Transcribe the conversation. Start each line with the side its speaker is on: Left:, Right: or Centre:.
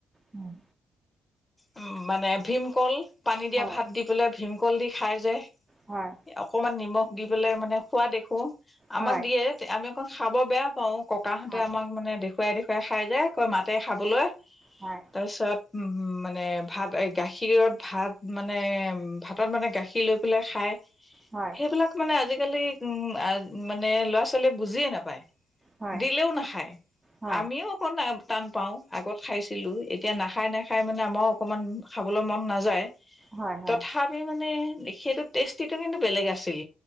Right: উম।
Left: উম, মানে ভীমকল, পানী দিয়া
Right: হয়
Left: ভাত দি পেলাই, ভীমকল দি খাই যে।
Right: হয়।
Left: অকমান নিমখ দি পেলাই মানে খোৱা দেখোঁ, আমাক
Right: হয়
Left: দিয়ে, আমি আকৌ খাব বেয়া পাওঁ, ককাহঁতে
Right: হয়
Left: আমাক মানে দেখুৱাই, দেখুৱাই খায় যে, আকৌ মাতে খাবলৈ,
Right: হয়
Left: তাৰপিছত উম, মানে, ভাত এই গাখীৰত ভাত মানে, ভাতত মানে গাখীৰ লৈ পেলাই খায়।
Right: হয়
Left: সেইবিলাক মানে, আজিকালি মানে ল'ৰা-ছোৱালীয়ে বুজিয়ে নাপায়।
Right: হয়
Left: দিলেও নাখায়,
Right: হয়
Left: আমিও অকণ টান পাওঁ, আগত খাইছিলোঁ, এতিয়া নাখায়, নাখায় মানে আমাৰো অকমান খাবলে ম'ন নাযায়।
Right: হয় হয়
Left: তথাপিও মানে, সেইটো টেষ্টটি কিন্তু, বেলেগ আছিল।